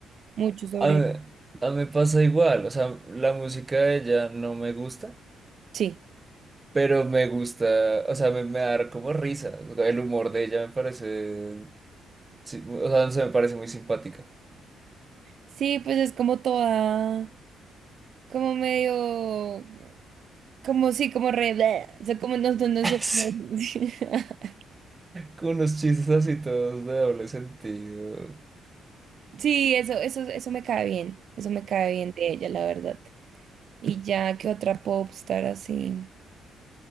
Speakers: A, on the right (about 60°); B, on the right (about 20°).
A: mucho sobre.
B: A mí, a mí me pasa igual, o sea, la música de ella no me gusta,
A: Sí.
B: pero me gusta, o sea, me, me da como risa, o sea, el humor de ella me parece, sí, o sea, no sé, me parece muy simpática.
A: Sí, pues es como toda como medio como sí, como re, bleh, o sea, como no no, no
B: <laughs>
A: sé
B: Sí,
A: cómo <laughs>
B: Con unos chistes así todos de doble sentido.
A: Sí, eso, eso, eso me cae bien. Eso me cae bien de ella, la verdad. Y ya que otra popstar así.